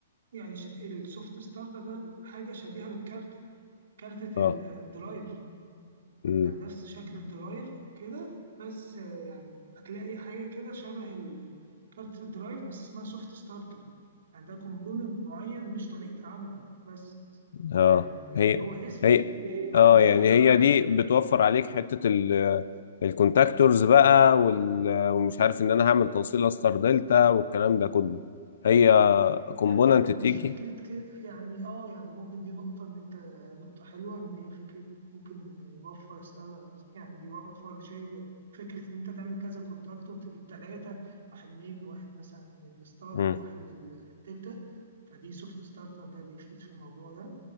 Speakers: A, on the right (about 65°); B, on the left (about 55°).
A: يعني ش- السوفت ستارت ده حاجه شبيهه بالكارت كارتة
B: اه
A: الدرايف
B: امم
A: يعني نفس شكل الدرايف او كده بس آه، يعني هتلاقي حاجه كده شبه ال- كارت الدرايف بس اسمها سوفت ستارتر يعني ده كومبوننت معين مش طريقه عمل بس
B: اه
A: يعني يعني
B: هي
A: هو اسمه
B: هي اه
A: على طريقه
B: يعني هي
A: عمله
B: دي بتوفر عليك حتة ال الكونتاكتورز بقى وال- ومش عارف ان انا هعمل توصيله ستار دلتا والكلام ده كله هي كومبوننت
A: لا
B: تيجي
A: مش فكرة كده يعني اه يعني ممكن دي نقطة ان انت نقطة حلوة ان هي فكرة ممكن يوفر استر- يعني بيوفر شيء فكرة ان انت تعمل كذا كونتاكتور تجيب ثلاثة واحد مين واحد مثلا للستار
B: مم.
A: وواحد لل- للدلتا فدي سوفت ستارتر ده بيفيد في الموضوع ده